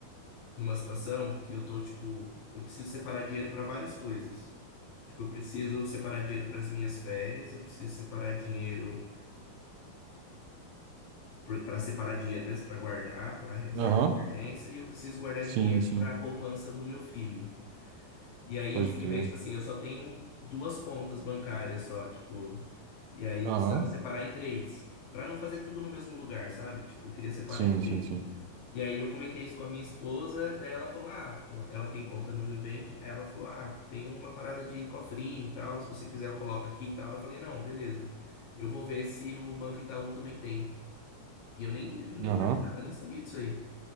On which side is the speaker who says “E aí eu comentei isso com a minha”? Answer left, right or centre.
Left